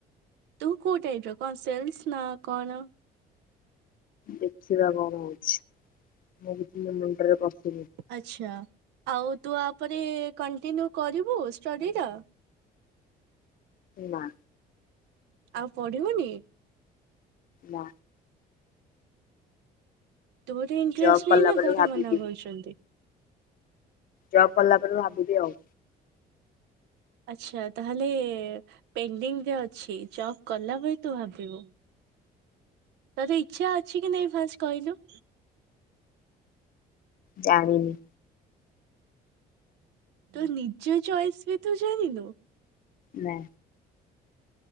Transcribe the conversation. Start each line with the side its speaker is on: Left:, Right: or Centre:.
Right: ତୁ କୋଉ ଟାଇପ ର କଣ ସେଲସ ନା କଣ?
Left: ଦେଖିବା କଣ ହଉଛି ମୁଁ ବି ମ ମୁଣ୍ଡରେ ପଶୁନି।
Right: ଆଛା ଆଉ ତୁ ଆପରେ କଣ୍ଟିନ୍ୟୁ କରିବୁ ଷ୍ଟଡି ର?
Left: ନା।
Right: ଆଉ ପଢିବୁନି?
Left: ନା।
Right: ତୋର ଇଣ୍ଟରେଷ୍ଟ
Left: ଜବ୍ କଲା
Right: ନାହିଁ ନା
Left: ପରେ
Right: ଘରେ
Left: ଭାବିବି
Right: ମନା କରୁଚନ୍ତି?
Left: ଜବ୍ କଲା ପରେ ଭାବିବି ଆଉ।
Right: ଆଛା ତାହେଲେ ପେଣ୍ଡିଙ୍ଗ ରେ ଅଛି ଜବ କଲା ପରେ ତୁ ଭାବିବୁ। ତୋର ଇଚ୍ଛା ଅଛି କି ନାହିଁ ଫାଷ୍ଟ୍ କହିଲୁ?
Left: ଜାଣିିନି।
Right: ତୋ ନିଜ ଚଏସ୍ ବି ତୁ ଜିଣିନୁ?
Left: ନା।